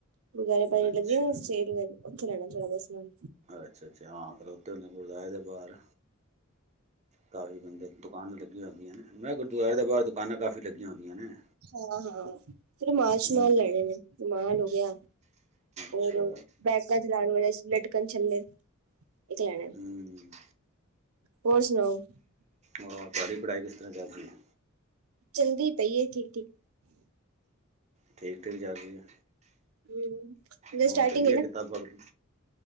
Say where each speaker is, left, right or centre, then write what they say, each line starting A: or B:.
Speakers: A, on the right (about 80°); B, on the right (about 35°).
A: ਗੁਰਦੁਆਰੇ ਆਪਾਂ ਜੇੜੀ
B: ਅੱਛਾ
A: ਲੱਗੀ ਨੀ ਹੁੰਦੀ ਸੇਲ ਓਥੋਂ ਲੈਨਾ ਚੜਾਵੇ ਦਾ ਸਮਾਨ।
B: ਅੱਛਾ-ਅੱਛਾ ਖਲੋਤੇ ਹੁੰਦੇ ਗੁਰਦੁਆਰੇ ਦੇ ਬਾਰ ਕਾਫੀ ਬੰਦੇ। ਦੁਕਾਨ ਲੱਗੀਆ ਹੁੰਦੀਆ ਨੇ ਮੈਂ ਗੁਰਦੁਆਰੇ ਦੇ ਬਾਹਰ ਦੁਕਾਨਾ ਕਾਫ਼ੀ ਲੱਗੀਆ ਹੁੰਦੀਆ ਨੇ।
A: ਹਾਂ-ਹਾਂ ਫਿਰ ਰਮਾਲ-ਸ਼ਮਾਲ
B: ਹੂੰ
A: ਲੈਣੇ ਰਮਾਲ ਹੋ ਗਿਆ
B: ਅੱਛਾ
A: ਰ ਬੈਗਾਂ ਚ ਲਾਣ ਵਾਲੇ ਲਟਕਣ ਛੱਲੇ ਇੱਕ ਲੈਣਾ।
B: ਹੂੰ
A: ਹੋਰ ਸੁਣਾਓ?
B: ਹੋਰ ਤੁਹਾਡੇ ਪੜ੍ਹਾਈ ਕਿਸ ਤਰ੍ਹਾਂ ਚੱਲ ਰਹੀ ਹੈ।
A: ਚਲਦੀ ਪਈ ਏ ਠੀਕ-ਠੀਕ।
B: ਠੀਕ-ਠੀਕ ਚੱਲ ਰਹੀ ਹੈ।
A: ਹਮ ਮਤਲਬ
B: ਹੋਰ
A: ਸਟਾਰਟਿੰਗ
B: ਲਾਲੀਆ ਕਿਤਾਬਾ ਕੁ